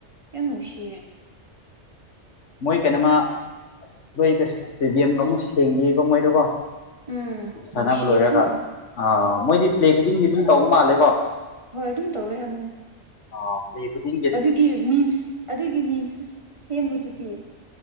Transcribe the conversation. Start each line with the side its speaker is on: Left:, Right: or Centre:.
Right: ꯌꯥꯝ ꯅꯨꯡꯁꯤꯌꯦ
Left: ꯃꯣꯏ ꯀꯩꯅꯣꯃ ꯑꯁ <unintelligible> ꯏꯁꯇꯦꯗꯤꯌꯝꯒ ꯑꯃꯨꯛ ꯁꯦꯡꯕꯤꯌꯦꯀꯣ ꯃꯣꯏꯗꯣꯀꯣ
Right: ꯎꯝ
Left: ꯁꯥꯟꯅꯕ
Right: ꯅꯨꯡꯁꯤꯌꯦꯀꯣ
Left: ꯂꯣꯏꯔꯒ ꯑꯥ ꯃꯣꯏꯗꯤ ꯄ꯭ꯂꯦ ꯈꯨꯗꯤꯡꯗꯤ ꯑꯗꯨꯝ ꯇꯧꯕ ꯃꯥꯜꯂꯦꯀꯣ
Right: ꯍꯣꯏ ꯑꯗꯨꯝ ꯇꯧꯋꯦ ꯍꯥꯏꯕꯅꯤ
Left: ꯑꯥꯎ ꯂꯩꯕꯗꯤ
Right: ꯑꯗꯨꯒꯤ ꯃꯤꯝꯁ ꯑꯗꯨꯒꯤ ꯃꯤꯝꯁꯨ ꯁꯦꯝꯕꯗꯨꯗꯤ